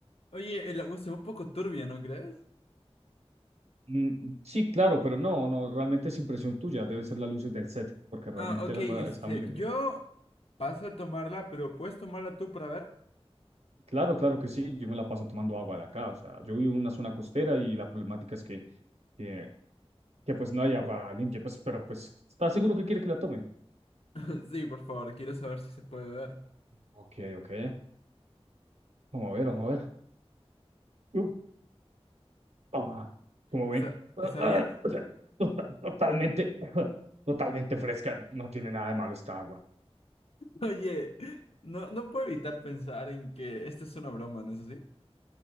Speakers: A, on the left (about 65°); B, on the right (about 80°).
A: oye, el agua se ve un poco turbia, ¿no crees?
B: Mm, Sí, claro, pero no, no, realmente es impresión tuya, deben ser las luces del set, porque realmente
A: Ah, ok,
B: el agua
A: este,
B: está muy limpia.
A: yo paso a tomarla, pero ¿puedes tomarla tú para ver?
B: Claro, claro que sí, yo me la paso tomando agua de acá, o sea, yo vivo en una zona costera y la problemática es que, que, que, pues no hay agua limpia, pues, pero pues, ¿estás seguro que quiere que la tome?
A: <laughs> Sí, por favor, quiero saber si se puede ver.
B: Ok, ok, vamos a ver, vamos a ver. Uh, ah, Como ven,
A: ¿Está,
B: ah,
A: está
B: ah,
A: bien?
B: o sea, tota- totalmente, <laughs> totalmente fresca, no tiene nada de malo esta agua.
A: <laughs> Oye, no, no puedo evitar pensar en que esta es una broma, ¿no es así?